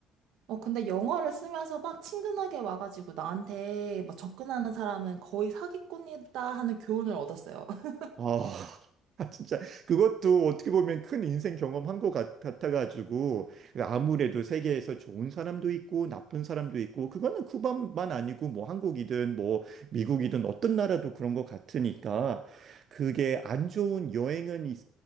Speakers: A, on the right; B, on the right.
A: 어, 근데 영어를 쓰면서 막 친근하게 와가지고 나한테 막 접근하는 사람은 거의 사기꾼이다 하는 교훈을 얻었어요. <laughs>
B: 아, <laughs> 진짜 그것도 어떻게 보면 큰 인생 경험한 것 같- 같아가지고 그러니까 아무래도 세계에서 좋은 사람도 있고 나쁜 사람도 있고 그거는 쿠바만 아니고 뭐 한국이든 뭐 미국이든 어떤 나라도 그런 것 같으니까 그게 안 좋은 여행은 있,